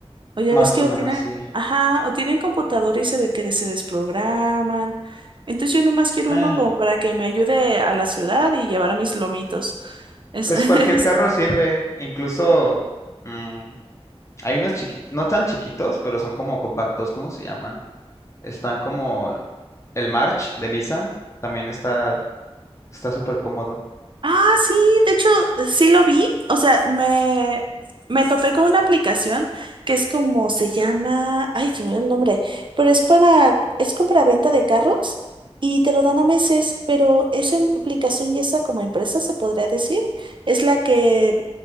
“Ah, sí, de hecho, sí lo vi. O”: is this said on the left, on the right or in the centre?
Right